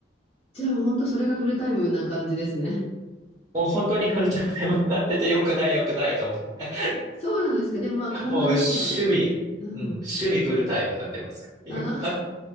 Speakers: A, on the left (about 30°); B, on the right (about 20°).
A: じゃあもう本当それがフルタイムな感じですね。
B: もう本当にフルタイムになってて良くない良くないと思って。
A: そうなんですか。でもまあ体にはね、
B: もう守備、
A: うん。
B: うん、守備フルタイムになってますから今
A: あ、